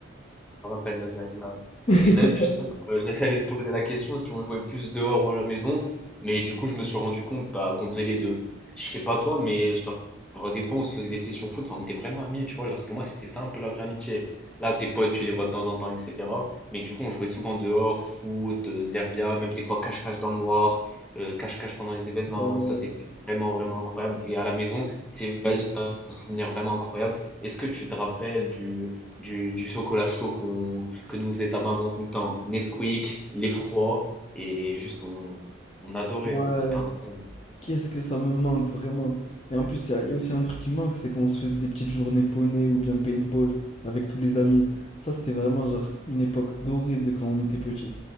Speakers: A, in the centre; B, on the left.
A: Je me rappelle la ZAD,
B: <laughs>
A: Et même, tu sais, euh, j'essayais de poser la question si on jouait plus dehors ou à la maison. Mais du coup, je me suis rendu compte bah, qu'on faisait les deux. Je sais pas toi, mais genre, des fois, on se faisait des sessions foot. Enfin, on était vraiment amis, tu vois. Genre, pour moi, c'était ça un peu la vraie amitié. Là, tes potes, tu les vois de temps en temps, etc. Mais du coup, on jouait souvent dehors, foot, euh, zerbia, même des fois cache-cache dans le noir, euh, cache-cache pendant les événements.
B: Ouais,
A: Ça, c'était vraiment, vraiment incroyable. Et à la maison, c'est un souvenir vraiment incroyable. Est-ce que tu te rappelles du, du, du chocolat chaud qu'on, que nous faisait ta maman tout le temps. Nesquik, l'effroi, et juste on, on adorait.
B: ouais.
A: moi. C'était incroyable.
B: Qu'est-ce que ça me manque vraiment. Et en plus, ça- il y a aussi un truc qui manque, c'est quand on se faisait des petites journées poney ou bien paintball avec tous les amis. Ça, c'était vraiment genre une époque dorée de quand on était petit.